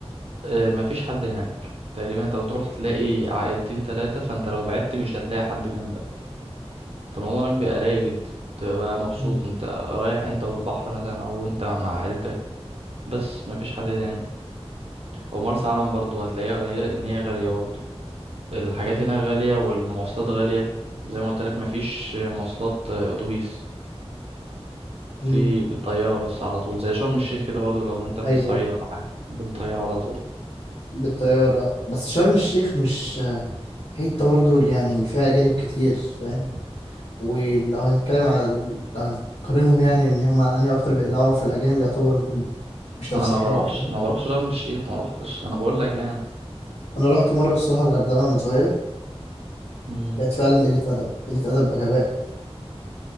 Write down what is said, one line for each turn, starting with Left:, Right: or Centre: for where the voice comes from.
Right: آه، مفيش حد هناك تقريبا انت بتروح تلاقي عائلتين تلاتة فانت لو بعدت مش هتلاقي حد جنبك فالموضوع هناك بيبقى رايق جدا تبقى بقى مبسوط
Left: مم.
Right: انت رايح انت والبحر مثلا او انت مع عيلتك بس مفيش حد تاني او مرسى علم برضو هتلاقيها قليلة ان هي غالية برضو الحاجات هناك غالية والمواصلات غالية زي ما قلت لك مفيش مواصلات آه، اتوبيس في
Left: مم.
Right: بالطيارة بس على طول زي شرم الشيخ كده برضو لو انت من
Left: ايوه
Right: الصعيد ولا حاجة بالطيارة على طول
Left: بالطياره بس شرم الشيخ مش حته برضه اللي يعني فيها اجانب كتير فاهم ولو هنتكلم على ال... لو هنقارنهم يعني ان هما انهي اكتر بيقلقوا فالاجانب يعتبر م- مش لابسين
Right: انا ما
Left: حاجه
Right: بروحش
Left: فاهم
Right: ما بروحش شرم الشيخ ما روحتش انا بقول لك يعني
Left: انا رحت مره الصراحه الغردقه وانا صغير
Right: امم
Left: كانت فعلا قله ادب قله ادب بغباء